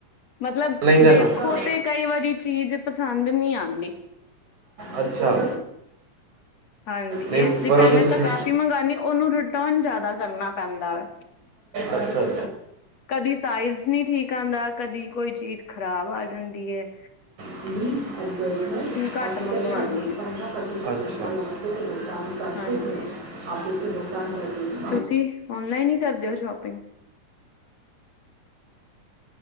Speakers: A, on the left; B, on the right.
A: ਮਤਲਬ,
B: ਨਹੀਂ ਕਰਨਾ
A: ਦੇਖੋ ਤੇ ਕਈ ਵਾਰੀ ਚੀਜ਼ ਪਸੰਦ ਨੀਂ ਆਂਦੀ।
B: ਅੱਛਾ।
A: ਹਾਂਜੀ
B: ਨਈਂ,
A: ਇਸ ਲਈ
B: ਪਰ
A: ਪਹਿਲੇ
B: ਓਦੋ ਤੁਸੀਂ
A: ਤਾਂ ਕਾਫ਼ੀ ਮੰਗਾਨੀ ਉਹਨੂੰ ਰਿਟਰਨ ਜ਼ਿਆਦਾ ਕਰਨਾ ਪੈਂਦਾ ਵ
B: ਅੱਛਾ-ਅੱਛਾ।
A: ਕਦੀ ਸਾਈਜ਼ ਨੀਂ ਠੀਕ ਆਂਦਾ, ਕਦੀ ਕੋਈ ਚੀਜ਼ ਖ਼ਰਾਬ ਆ ਜਾਂਦੀ ਏ।
B: ਅੱਛਾ।
A: ਘੱਟ ਮੰਗਵਾਉਣੀ ਹਾਂ
B: <unintelligible>
A: ਹਾਂਜੀ ਤੁਸੀਂ, ਔਨਲਾਈਨ ਈ ਕਰਦੇ ਓ ਸ਼ੋਪਿੰਗ?